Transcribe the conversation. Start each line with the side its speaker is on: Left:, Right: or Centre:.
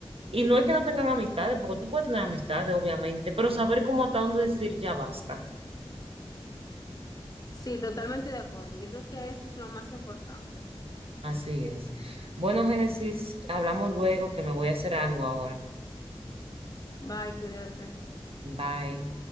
Right: Y no es que no tengan amistades, porque tú puedes tener amistades, obviamente, pero saber cómo hasta dónde decir ya basta.
Left: Sí, totalmente de acuerdo. Yo creo que eso es lo más importante.
Right: Así es. Bueno, Génesis, hablamos luego que me voy a hacer algo ahora.
Left: Bye, cuídate.
Right: Bye.